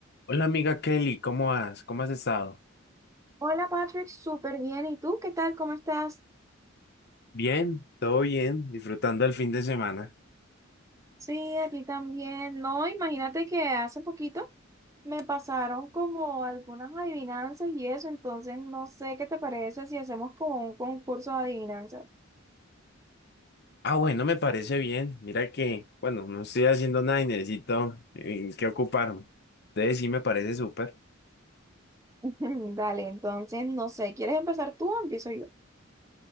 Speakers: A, on the left; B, on the right.
A: Hola amiga Kelly, ¿cómo vas? ¿Cómo has estado?
B: Hola Patrick, súper bien. ¿Y tú qué tal? ¿Cómo estás?
A: Bien, todo bien, disfrutando el fin de semana.
B: Sí, aquí también. No, imagínate que hace poquito me pasaron como algunas adivinanzas y eso, entonces no sé qué te parece si hacemos como un concurso de adivinanzas.
A: Ah, bueno, me parece bien. Mira que, bueno, no estoy haciendo nada y necesito eh, que ocuparme. Entonces sí me parece súper.
B: <laughs> Dale, entonces no sé, ¿quieres empezar tú o empiezo yo?